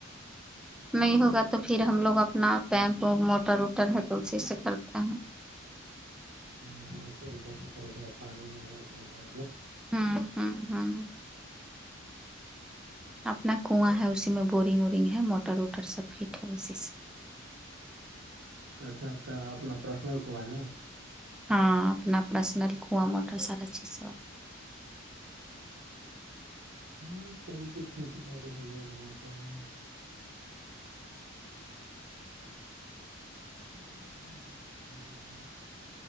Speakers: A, in the centre; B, on the right (about 60°).
A: نہیں ہوگا تو پھر ہم لوگ اپنا پیمپ موٹر ووٹر ہے تو اسی سے کرتے ہیں
B: ہاں م <unintelligible> تودست کر پانی ووار کرنے پال
A: ہمم ہمم ہمم اپنا کنواں ہے اسی میں بورنگ وورنگ ہے موٹر ووٹر سب فٹ ہے اسی سے
B: اچھا آپ کا اپنا پرسنل کواں ہے
A: ہاں اپنا پرسنل کواں موٹر سارا چیز سب
B: <unintelligible> دے گا ادھر بھی دھیرے دھیرے